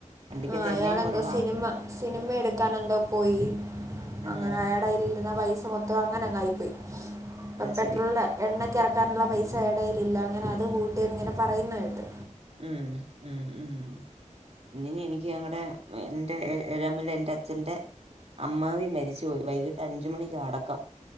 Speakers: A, on the right; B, on the right.
A: വണ്ടിക്കകത്ത്
B: ആ അയാളെന്തോ
A: എണ്ണയും കുറവാ
B: സിനിമ, സിനിമ എടുക്കാൻ എന്തോ പോയി.
A: ആന്നോ
B: അങ്ങനെ അയാടെ വര്ന്ന പൈസ മൊത്തം അങ്ങനങ്ങായി പോയി. പ്പ
A: അത്
B: പെട്രോളിന്റെ
A: ശരി
B: എണ്ണക്ക് ഇറക്കാനുള്ള പൈസെ. കൈയിലില്ല അങ്ങനെ അത് വൂട്ടെന്ന് ഇങ്ങനെ പറയുന്ന കേട്ട്.
A: ഉംഹ് ഉംഹ് ഉ ഇനി എനിക്ക് ഞങ്ങടെ എന്റെ ഏഴാമല എന്റെ അച്ഛന്റെ അമ്മാവി മരിച്ചുപോയി. വൈകിട്ട് അഞ്ച് മണിക്കാ അടക്കം.